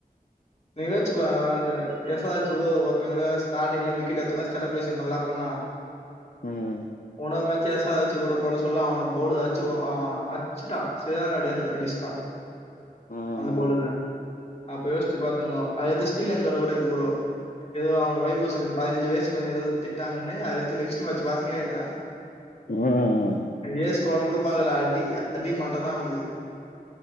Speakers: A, on the left (about 45°); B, on the left (about 60°).
A: நீங்கலாச்சு ப எஸ் ஆர் எச் கூட ஒருத்தங்கல ஸ்டாட்டிங்ல விக்கெட் எடுத்த ஒட்னே செலப்ரேஷன் நல்லா பண்ணா
B: ம்
A: உன்னோரு மேச்ச எஸ் ஆர் எச் கூட போட சொல்ல அவன போடுஅச்சு ஒ அவ அச்சுட்டா சரியானா அடி <unintelligible> அடிச்சுட்டா
B: ம்
A: அந்த போலருதா அப்ப யோசிச்சு பாத்துங்கோ அதடுத்து ஸ்ரீலங்கால கூடோ இப்பகூடோ ஏதோ அவுங்க வைபவுசூ பதினஞ்சு வயசுபையன ஏதோ திட்டாங்கன்னு அது அடுத்து நெஸ்ட் மேட்ச் பாத்தீங்ளா இல்லயா
B: ம்
A: ஏஸ் ஸ்கோர கூட பாக்கல அடி அடி மாட்ட தா அவனுக்கு